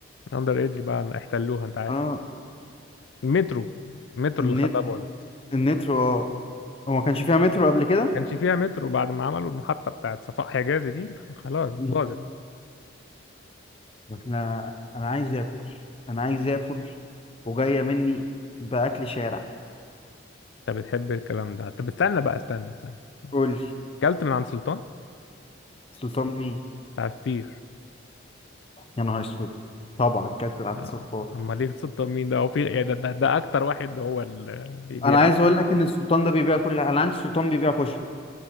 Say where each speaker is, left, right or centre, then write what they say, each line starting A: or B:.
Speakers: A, on the left; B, on the left.
A: اندر ايدج بقى ما احتلوها انت عارف
B: اه
A: المترو المترو
B: النت
A: اللي خلاها باظت
B: النترو اه هو ما كانش فيها مترو قبل كده
A: كانش فيها مترو بعد ما عملوا المحطة بتاعت صفاء حجازي دي خلاص
B: مم.
A: باظت
B: احنا انا عايز اكل انا عايز اكل وجايه مني باكل شارع
A: انت بتحب الكلام ده طب استنى بقى استنى استنى
B: قول لي
A: اكلت من عند سلطان
B: سلطان مين
A: بتاع فطير
B: يا نهار اسود طبعا كابتن عبد
A: آه،
B: السلطان
A: اما ليه سلطان مين ده هو في إيه ده, ده, ده اكتر واحد هو اللي بيع
B: انا عايز اقول لك ان السلطان ده بيبيع كل انا عندي السلطان بيبيع كشري